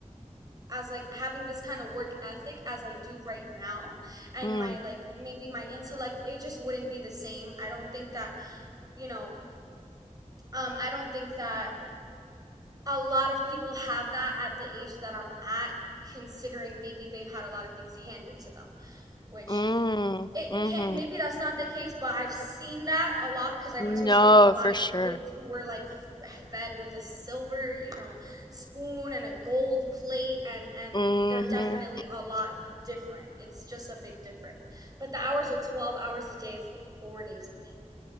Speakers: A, on the right; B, on the left.
A: as like having this kind of work ethic as I do right now and
B: Mm,
A: my like maybe my intellect it just wouldn't be the same. I don't think that you know, um, I don't think that a lot of people have that at the age that I'm at, considering maybe they've had a lot of things handed to them, which
B: mm,
A: it
B: mhm.
A: can't, maybe that's not the case, but I've seen that a lot because I
B: No,
A: went to a school with a lot
B: for
A: of
B: sure.
A: kids who were like f- fed with a silver, you know, spoon and a gold plate, and and
B: Mhm.
A: they're definitely a lot different. It's just a big difference. But the hours are 12 hours a day, four days a week.